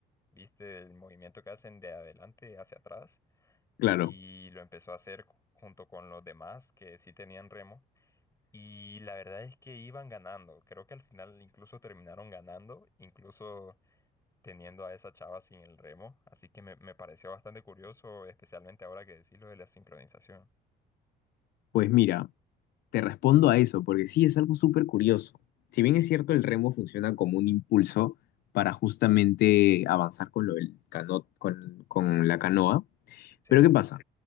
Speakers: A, on the left (about 20°); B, on the left (about 70°).
A: viste, el movimiento que hacen de adelante hacia atrás,
B: claro.
A: y lo empezó a hacer junto con los demás que sí tenían remo. Y la verdad es que iban ganando. Creo que al final incluso terminaron ganando, incluso teniendo a esa chava sin el remo. Así que me, me pareció bastante curioso, especialmente ahora que decís lo de la sincronización.
B: Pues mira, te respondo a eso, porque sí es algo súper curioso. Si bien
A: Sí,
B: es cierto, el remo funciona como un impulso para justamente avanzar con lo del cano- con, con la canoa,
A: sí.
B: Pero ¿qué pasa?